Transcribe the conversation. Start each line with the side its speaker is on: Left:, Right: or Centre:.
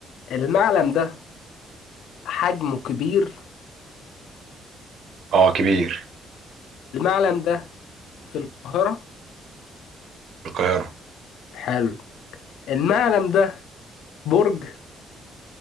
Left: المعلم ده حجمه كبير
Right: اه كبير
Left: المعلم ده في القاهره
Right: في القاهرة
Left: حلو المعلم ده برج